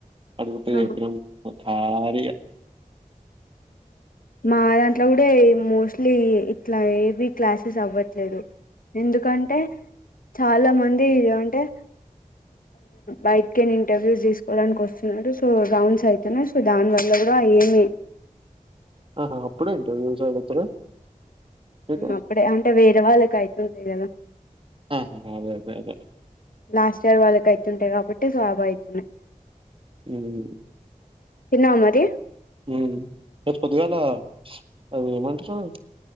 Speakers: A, on the right; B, on the left.
A: అతే
B: ఆహా
A: ఏపం కారి
B: మా దాంట్లో కూడా మోస్ట్లీ ఇట్లా ఏవి క్లాసెస్ అవ్వట్లేదు ఎందుకంటే చాలా మంది అంటే బయటికి ఏ ఇంటర్వ్యూస్ తీసుకోవడానికి వస్తుడు సో రౌండ్స్ అయితున్నాయి సో దాని వల్ల కూడా ఏమ
A: ఆహా అప్పుడే ఇంటర్వ్యూస్ లొ అడుగుతారా మీకు
B: అప్పుడే అంటే వేరే వాళ్ళకై గదా
A: ఆహా అదే అదే అదే
B: లాస్ట్ ఇయర్ వాళ్ళకి అయితుంటాయి కాబట్ <unintelligible>
A: ఉమ్
B: తినవా మరి
A: ఉమ్ ఈ రోజు పొద్దుగాల అది ఏమంటారు